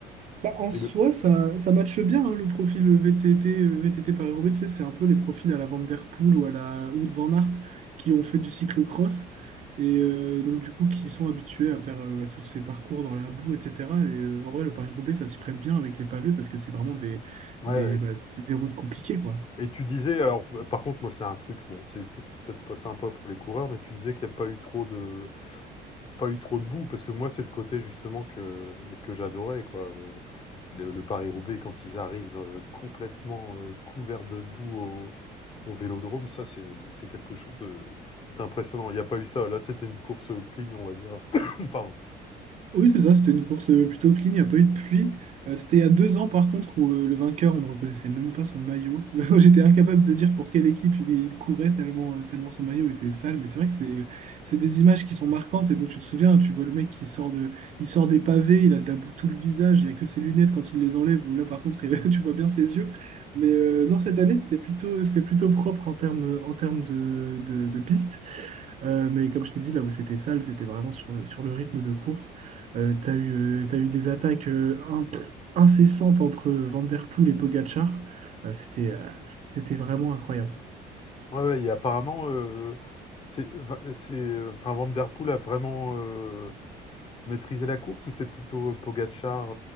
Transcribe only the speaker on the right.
Bah, en
soi,
ça, ça matche bien hein, le profil VTT, euh, VTT Paris-Roubaix. Tu sais, c'est un peu les profils à la Van Der Poel ou à la ou de Van Aert qui ont fait du cyclocross et euh, donc du coup qui sont habitués à faire euh, à tous ces parcours dans la boue, etc. Et euh, en vrai, le Paris-Roubaix, ça s'y prête bien avec les pavés parce que c'est vraiment des,
des,
bah, c'est des routes compliquées, quoi.
Oui, c'est ça, c'était une course euh, plutôt clean, il n'y a pas eu de pluie. Euh, c'était il y a deux ans, par contre, où euh, le vainqueur, on ne reconnaissait même pas son maillot. <laughs> J'étais incapable de dire pour quelle équipe il, il courait, tellement, euh, tellement son maillot était sale. Mais c'est vrai que c'est, c'est des images qui sont marquantes et dont tu te souviens. Tu vois le mec qui sort de, il sort des pavés, il a de la boue tout le visage, il n'y a que ses lunettes quand il les enlève, ou là, par contre, il- <laughs> tu vois bien ses yeux. Mais euh, non, cette année, c'était plutôt, c'était plutôt propre en termes, en termes de, de, de piste. Euh, mais comme je t'ai dit, là où c'était sale, c'était vraiment sur le, sur le rythme de course. Euh, t'as eu, euh, t'as eu des attaques euh, in- incessantes entre Van Der Poel et Pogačar. Euh, c'était euh, c'était vraiment incroyable.